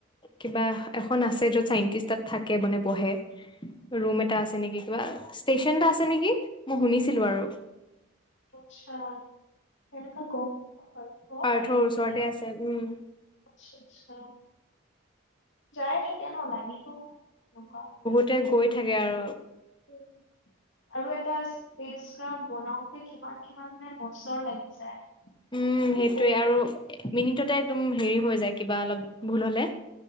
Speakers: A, on the left (about 20°); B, on the left (about 55°).
A: কিবা- এখন আছে য'ত চাইন্টিষ্ট তাত থাকে, মানে বহে।
B: <unintelligible>
A: ৰুম এটা আছে নেকি কিবা ষ্টেচন এটা আছে নেকি মই শুনিছিলো আৰু।
B: আচ্ছা, তেনেকা গম নাপাওঁ। বাৰু হ'ব
A: পাৰ্থৰ
B: পাৰে হ'ব
A: ওচৰতে
B: পাৰে
A: আছে, উ'ম।
B: আচ্ছা, আচ্ছা যায়ে থাকে ন লাগিব, সেনেকুৱা।
A: সিহঁতে গৈ থাকে আৰু।
B: অ'। আৰু এটা ফেচ স্ক্ৰাব বনাওতে কিমান কিমান মানে বছৰ লাগি যায়?
A: উ'ম,
B: মানে
A: সেইটোৱে
B: বহুত
A: আৰু মিনিটতে একদম হেৰি হৈ যায় কিবা অলপ ভুল হলে।